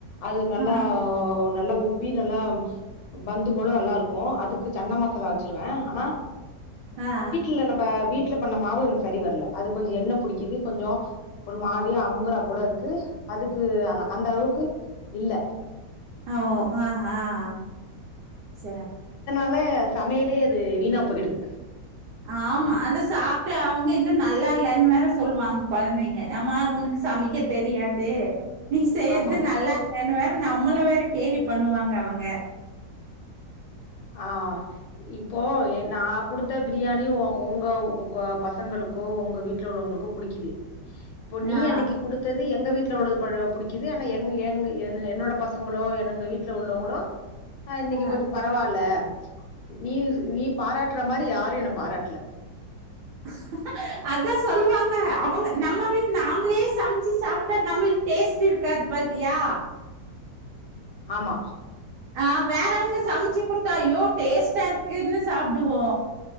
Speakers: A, on the left; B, on the right.
A: அது மல்லா
B: ஆ
A: நல்லா உப்பி நல்லா பந்து போல நல்லா இருக்கும் அதுக்கு சன்ன மசாலா வச்சிருவேன் ஆனா
B: ஆஹ்
A: ட்ல நம்ப வீட்டு்ல பண்ண மாவு எனக்கு சரி வரல அது கொஞ்ச எண்ணெப் பிடிக்குது கொஞ்ச ஒரு மாரியா அமுங்கரா போல இருக்கு அதுக்கு அந்த அளவுக்கு இல்ல
B: ஆஹ் அஹ ச
A: ல சமையலே அது வீணா போயிடுது
B: ஆமா அதை சாப்டு அவுங்க இன்னும் நல்லா இல்லன் வேற சொல்வாங்க கொழந்தைங்க அம்மா உனக்கு சமைக்க தெரியாது நீ செய்யறது
A: ஆமா
B: நல்லா இல்லன்னு வேற நம்மள வேற கேலி பண்ணுவாங்க அவுங்க
A: ஆஹ் இப்போ எ நா கொடுத்த பிரியாணி ஓ ஒங்க ஒங்க பசங்களுக்கோ ஒங்க வீட்ல உள்ளவங்களுக்கோ பிடிக்குது இப்போ நீ
B: ஆ
A: அன்னைக்கு கொடுத்தது எங்க வீ ட்ல உள்ளது பல பிடிக்குது ஆனா எங் எங்க் என் என்னோட பசங்களோ என்னங்க வீட்ல உள்ளவங்களோ ஆஹ் இன்னைக்கு
B: ஆ
A: கொஞ்சம் ப அஹ் நீ நீ பாராட் ராட்டுற மாரி யாரும் என்ன பாராட்டல
B: <inaudible> அதா சொல்லுவாங்க அவங்க நம்ம வீட்டு நாமளே சமச்சு சாப்டு நம்ளுக்கு டேஸ்ட் இருக்காது பாத்தியா
A: ஆமா
B: ஆஹ் வேற அங்க சமச்சி குடுத்தா ஐயோ டேஸ்ட்டா இருக்குன்னு சாப்டுவோ